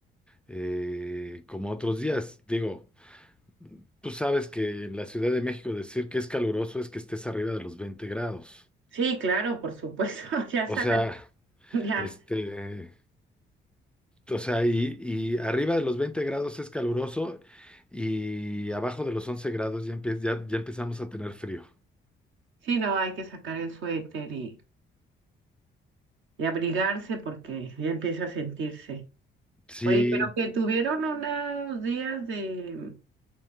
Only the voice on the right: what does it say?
Sí, claro, por supuesto. <laughs> Ya
sacan,
ya.
Sí, no, hay que sacar el suéter y, y abrigarse porque ya empieza a sentirse.
Oye, pero que tuvieron unos días de,